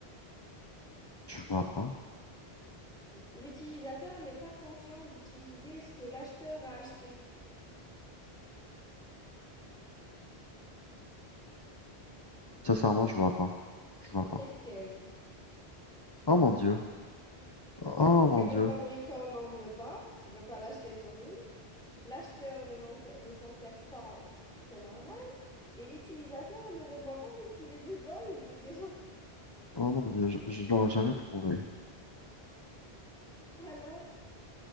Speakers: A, on the left; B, in the centre.
A: je vois pas.
B: L'utilisateur n'est pas conscient d'utiliser ce que l'acheteur a acheté,
A: Sincèrement, je vois pas. Je vois
B: le
A: pas.
B: cercueil.
A: Oh mon Dieu. Oh
B: Parce
A: mon
B: que
A: Dieu.
B: le fabricant n'en veut pas, parce qu'il ne veut pas l'acheter pour lui. L'acheteur ne, n'en sait- ne s'en sert pas, c'est normal. Et l'utilisateur ne le voit pas parce qu'il est dedans et il est déjà...
A: Oh mon dieu, je, je l'aurais jamais trouvé.
B: Alors,